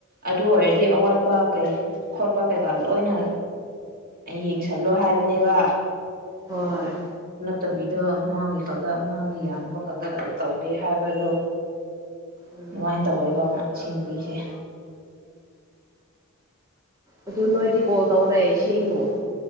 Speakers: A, on the right; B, on the right.
A: ꯑꯗꯨ ꯑꯣꯏꯔ ꯑꯋꯥꯠꯄ ꯀꯩ ꯈꯣꯠꯄ ꯀꯩꯀꯥ ꯂꯣꯏꯅ ꯌꯦꯡꯁꯜꯂꯣ ꯍꯥꯏꯕꯅꯦꯕ
B: ꯍꯣꯏ
A: ꯐꯠꯇꯕꯤꯗ ꯃꯥꯒꯤ ꯈꯛꯇ ꯃꯥꯒꯤ ꯌꯥꯟꯕ ꯈꯛꯇ ꯇꯧꯒꯦ ꯍꯥꯏꯕꯗ
B: ꯎꯝ
A: ꯅꯨꯡꯉꯥꯏꯅ ꯇꯧꯋꯦꯕ ꯁꯤꯟꯕꯤꯁꯦ
B: ꯑꯗꯨ ꯅꯣꯏꯗꯤ ꯀꯣꯜ ꯇꯧꯔꯛꯑꯦ ꯏꯁꯤꯡꯕꯨ